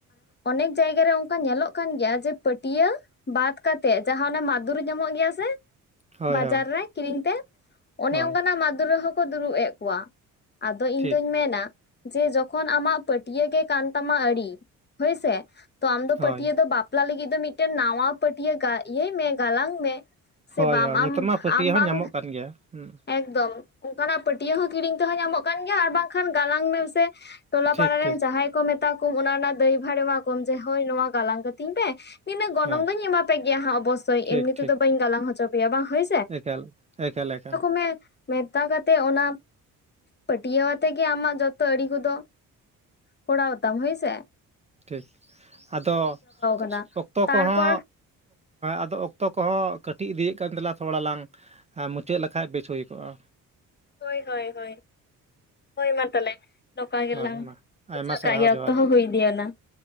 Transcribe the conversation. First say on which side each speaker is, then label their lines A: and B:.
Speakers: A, on the left (about 30°); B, on the right (about 20°).
A: ᱚᱱᱮᱠ ᱡᱟᱭᱜᱟᱨᱮ ᱚᱱᱠᱟ ᱧᱮᱞᱚᱜ ᱠᱟᱱ ᱜᱮᱭᱟ ᱡᱮ ᱯᱟᱹᱴᱭᱟ ᱵᱟᱫ ᱠᱟᱛᱮᱜ ᱡᱟᱦᱟᱸ ᱚᱱᱮ ᱢᱟᱫᱩᱨ ᱧᱟᱢᱚᱜ ᱜᱮᱭᱟ ᱥᱮ
B: ᱦᱳᱭ
A: ᱵᱟᱡᱟᱨ
B: ᱦᱳᱭ
A: ᱨᱮ ᱠᱤᱨᱤᱧ ᱛᱮ ᱚᱱᱮ
B: ᱦᱳᱭ
A: ᱚᱱᱠᱟᱱᱟᱜ ᱢᱟᱫᱷᱩᱨ ᱨᱮᱦᱚᱸᱠᱚ ᱫᱩᱲᱩᱵ ᱮᱫ ᱠᱚᱣᱟ ᱟᱫᱚ ᱤᱧᱫᱩᱧ
B: ᱴᱷᱤᱠ
A: ᱢᱮᱱᱟ ᱡᱮ ᱡᱚᱠᱷᱚᱱ ᱟᱢᱟᱜ ᱯᱟᱹᱴᱭᱟ. ᱜᱮ ᱠᱟᱱ ᱛᱟᱢᱟ ᱟᱹᱨᱤ ᱦᱳᱭᱥᱮ ᱛᱚ ᱟᱢ ᱫᱚ
B: ᱦᱳᱭ
A: ᱯᱟᱹᱴᱭᱟ ᱫᱚ ᱵᱟᱢ ᱵᱟᱯᱞᱟ ᱞᱟᱹᱜᱤᱫ ᱫᱚ ᱢᱤᱫᱴᱮᱱ ᱱᱟᱣᱟ ᱯᱟᱹᱴᱤᱭᱟᱹ ᱤᱭᱟᱹᱭ ᱢᱮ ᱜᱟᱞᱟᱝ ᱢᱮ ᱥᱮ
B: ᱦᱳᱭ
A: ᱵᱟᱢ
B: ᱦᱳᱭ ᱱᱤᱛᱚᱜ
A: ᱟᱢ
B: ᱢᱟ ᱯᱟᱹᱴᱭᱟᱹ
A: ᱟᱢ
B: ᱦᱚᱸ
A: ᱵᱟᱢ
B: ᱧᱟᱢᱚᱜ ᱠᱟᱱ ᱜᱮᱭᱟ ᱦᱩᱸ
A: ᱮᱠᱫᱚᱢ ᱚᱱᱠᱟᱱᱟᱜ ᱯᱟᱹᱴᱭᱟᱹ ᱦᱚᱸ ᱠᱤᱨᱤᱧ ᱛᱮᱦᱚᱸ ᱧᱟᱢᱚᱜ ᱠᱟᱱ ᱜᱮᱭᱟ ᱟᱨ ᱵᱟᱝᱠᱷᱟᱱ ᱜᱟᱞᱟᱝ ᱢᱮᱥᱮ ᱴᱚᱞᱟ
B: ᱴᱷᱤᱠ
A: ᱯᱟᱲᱟ ᱨᱮᱱ
B: ᱴᱷᱤᱠ
A: ᱡᱟᱦᱟᱸᱭ ᱠᱚ ᱢᱮᱛᱟ ᱠᱚ ᱚᱱᱟ ᱨᱮᱱᱟᱜ ᱫᱟᱹᱭᱤᱵᱷᱟᱲ ᱮᱢᱟ ᱠᱚᱢ ᱡᱮ ᱦᱳ ᱱᱚᱣᱟ ᱜᱟᱞᱟᱝ ᱠᱟᱹᱛᱤᱧ ᱯᱮ ᱱᱤᱱᱟᱹ ᱜᱚᱱᱚᱝ
B: ᱦᱳᱭ
A: ᱫᱚᱧ ᱮᱢᱟ ᱯᱮ ᱜᱮᱭᱟ ᱦᱟᱸᱜ ᱚᱵᱚᱥᱥᱳ
B: ᱴᱷᱤᱠ
A: ᱮᱢᱱᱤ
B: ᱴᱷᱤᱠ
A: ᱛᱮᱫᱚ ᱵᱟᱹᱧ ᱜᱟᱞᱟᱝ ᱦᱚᱪᱚ ᱯᱮᱭᱟ ᱵᱟᱝ ᱦᱳᱭ
B: ᱮᱠᱟᱞ ᱮᱠᱟᱞ ᱮᱠᱟᱞ
A: ᱢᱮ ᱢᱮᱛᱟ ᱠᱟᱛᱮᱫ ᱚᱱᱟ ᱯᱟᱹᱴᱭᱟᱹ ᱟᱛ ᱜᱮ ᱟᱢᱟᱜ ᱡᱚᱛᱚ ᱟᱲᱤ ᱠᱚᱫᱚ ᱠᱚᱨᱟᱣᱛᱟᱢ ᱦᱳᱭᱥᱮ ᱾
B: ᱴᱷᱤᱠ ᱟᱫᱚ
A: ᱠᱟᱱᱟ
B: ᱚᱠᱛᱚ
A: ᱛᱟᱨᱯᱚᱨ
B: ᱠᱚᱦᱟᱼ ᱟᱫᱚ ᱚᱠᱛᱚ ᱠᱚᱦᱚᱸ ᱠᱟᱹᱴᱤᱡ ᱤᱫᱤᱭᱮᱫ ᱠᱟᱱ ᱛᱟᱞᱟᱝ ᱛᱷᱚᱲᱟ ᱞᱟᱝ ᱟᱨ ᱢᱩᱪᱟᱹᱫ ᱞᱮᱠᱷᱟᱡ ᱵᱮᱪ ᱦᱩᱭ ᱠᱚᱜᱼᱟ
A: ᱦᱳᱭ ᱦᱳᱭ ᱦᱳᱭ ᱦᱳᱭ ᱢᱟ ᱛᱟᱦᱚᱞᱮ ᱱᱚᱝᱠᱟ ᱜᱮᱞᱟᱝ
B: ᱦᱳᱭ ᱢᱟ ᱟᱭᱢᱟ
A: ᱚᱪᱚᱜ
B: ᱥᱟᱨᱦᱟᱣ
A: ᱠᱟᱜ ᱜᱮ
B: ᱡᱚᱦᱟᱨ
A: ᱚᱠᱛᱚ ᱦᱚᱸ ᱦᱩᱭᱤᱫᱮ ᱚᱱᱟ